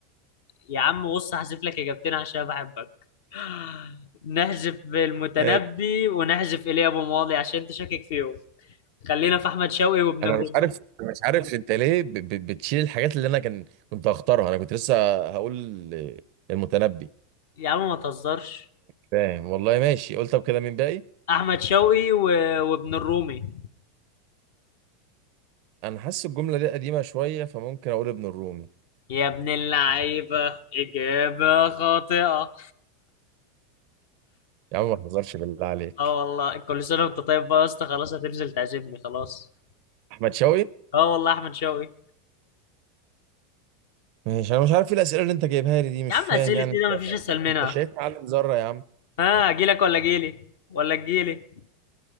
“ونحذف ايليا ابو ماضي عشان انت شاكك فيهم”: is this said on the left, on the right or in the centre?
Left